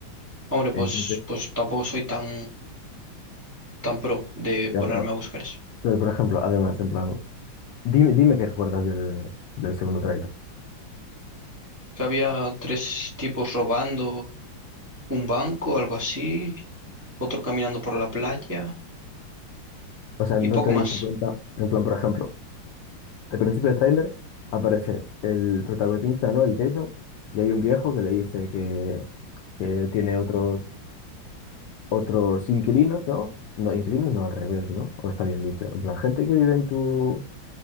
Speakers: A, on the right; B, on the left.
A: hombre, pues,
B: Entonces,
A: pues tampoco soy tan, tan pro de
B: ya,
A: ponerme
B: pero,
A: a buscar eso.
B: pero por ejemplo, además, en plan, dime, dime qué recuerdas del, del segundo tráiler.
A: Que había tres tipos robando. un banco, algo así, otro caminando por la playa
B: O sea,
A: y
B: no
A: poco
B: te
A: más.
B: diste cuenta, en plan, por ejemplo, al principio del tráiler aparece el protagonista, ¿no? El Jason, y hay un viejo que le dice que, que tiene otros, otros inquilinos, ¿no? No, inquilinos no, al revés, ¿no? O está bien dicho. En plan, gente que vive en tu,